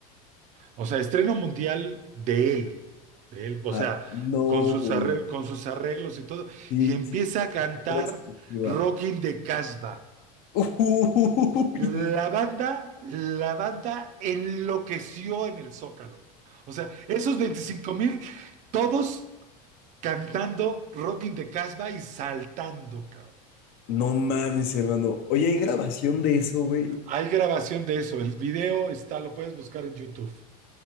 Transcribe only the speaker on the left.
Ah,
no,
güey.
Sí,
sí,
fue la exclusiva.
Uy,
no,
no mames, hermano. Oye, ¿hay grabación de eso, güey?